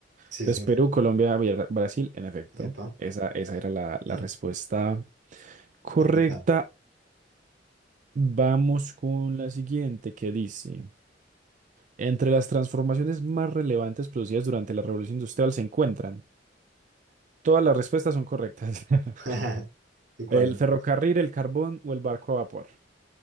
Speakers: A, on the right (about 75°); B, on the right (about 45°).
A: Sí,
B: Entonces,
A: sí.
B: Perú, Colombia, Bra- Brasil, en efecto.
A: Epa.
B: Esa, esa era la, la
A: <clears throat>
B: respuesta correcta.
A: Indicado.
B: Vamos con la siguiente, que dice, entre las transformaciones más relevantes producidas durante la Revolución Industrial se encuentran Todas las respuestas son correctas.
A: <laughs>
B: <laughs>
A: ¿Y cuáles
B: El
A: más?
B: ferrocarril, el carbón o el barco a vapor.